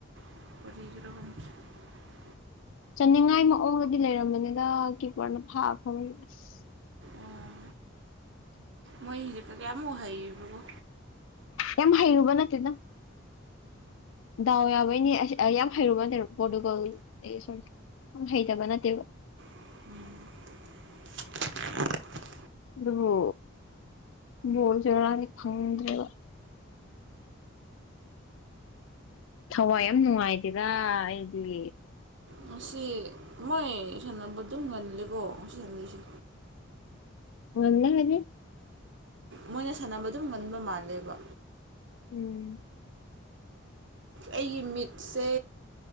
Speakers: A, on the right; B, on the left.
A: <inaudible> <inaudible>
B: ꯆꯟꯅꯤꯡꯉꯥꯏ ꯃꯋꯣꯡꯗꯗꯤ ꯂꯩꯔꯝꯕꯅꯤꯗ ꯀꯤꯞꯄꯔꯅ ꯐꯥ ꯈꯤꯕꯅꯦ ꯑꯁ
A: ꯑꯣ ꯃꯣꯏ ꯍꯧꯖꯤꯛꯀ ꯀꯌꯥꯃꯨꯛ ꯍꯩꯕꯒꯣ
B: ꯌꯥꯝ ꯍꯩꯔꯨꯕꯅꯠꯇꯦꯗ ꯗꯥꯎ ꯌꯥꯕꯩꯅꯦ ꯑꯁ ꯌꯥꯝ ꯍꯩꯔꯨꯕꯅꯠꯇꯦ ꯄꯣꯔꯇꯨꯒꯜ ꯁꯣꯔꯤ ꯌꯥꯝ ꯍꯩꯇꯕ ꯅꯠꯇꯦꯕ
A: <inaudible>
B: ꯑꯗꯨꯕꯨ ꯕꯣꯜꯁꯤꯉꯔꯥꯡꯗꯤ ꯐꯪꯗ꯭ꯔꯦꯕ ꯊꯋꯥꯏ ꯌꯥꯝ ꯅꯨꯡꯉꯥꯏꯗꯦꯗ ꯑꯩꯗꯤ
A: ꯉꯁꯤ ꯃꯣꯏ ꯁꯥꯟꯅꯕꯗꯨꯝ ꯉꯜꯂꯦꯀꯣ ꯉꯁꯤ ꯁꯥꯟꯗꯣꯏꯁꯦ
B: ꯉꯜꯂꯦ ꯍꯥꯏꯗꯤ
A: ꯃꯣꯏꯅ ꯁꯥꯟꯅꯕ ꯑꯗꯨꯝ ꯉꯟꯕ ꯃꯥꯜꯂꯦꯕ
B: ꯎꯝ
A: ꯑꯩꯒꯤ ꯃꯤꯠꯁꯦ